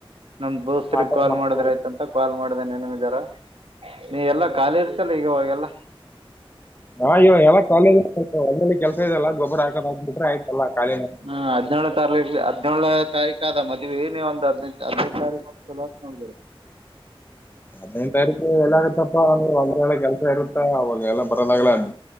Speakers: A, on the right; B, on the left.
A: ನಮ್ ದೋಸ್ತ್್ರ
B: ಆತರ
A: ಕಾಲ್
B: ಮಾಡ್ಕೋಬೇಕು
A: ಮಾಡಿದ್ರ ಆಯತಂತ ಕಾಲ್ ಮಾಡ್ದನ್ ಏನ ಇದಾರ. ನೀ ಎಲ್ಲಾ ಖಾಲಿ ಇರ್ತಲ್ಲ ಈಗವಾಗೆಲ್ಲ.
B: ನಾ ಇವ ಎಲ್ಲ ಕಾಲೇ ಒಲ್ಲಿ ಕೆಲ್ಸ ಇದೆಲ್ಲ ಗೊಬ್ಬರ ಹಾಕದ ಹಾಕ್ಬ ಬಿಟ್ರೆ ಆಯ್ತಲ್ಲಾ ಕಾಲ.
A: ಹಾ ಹದಿನೇಳು ತಾರೀಕು ಹದಿನೇಳ ತಾರೀಕ ಆದ ಮತ್ತೆ. ನೀವ ಏ ನೀ ಒಂದು ಹದಿನೈದು ತಾರೀಕು ಬಂದ ಚಲೋ ನೋಡಿದೀರ.
B: ಹದ್ೈದು ತಾರೀಕು ಎಲ್ಲ ಆಾಗತ್ತಪ್ಪ ಅಂದ್ರೆ ಒಳೆ ಕೆಲಸ ಇರುತ್ತ ಅವಾಗೆಲ್ಲ ಬರಂದಾಗಲ್ಲ <unintelligible>